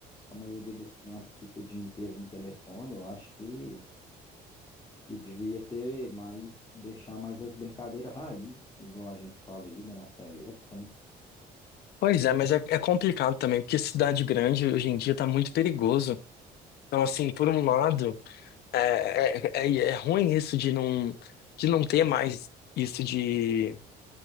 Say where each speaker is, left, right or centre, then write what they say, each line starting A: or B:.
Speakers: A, on the left; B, on the left.
A: a maioria das crianças fica o dia inteiro no telefone. Eu acho que, que devia ter mais, deixar mais as brincadeiras raiz, igual a gente fala aí da nossa época, né?
B: Pois é, mas é, é complicado também, porque cidade grande hoje em dia tá muito perigoso. Então, assim, por um lado, é, é, é, é ruim isso de não, de não ter mais isso de.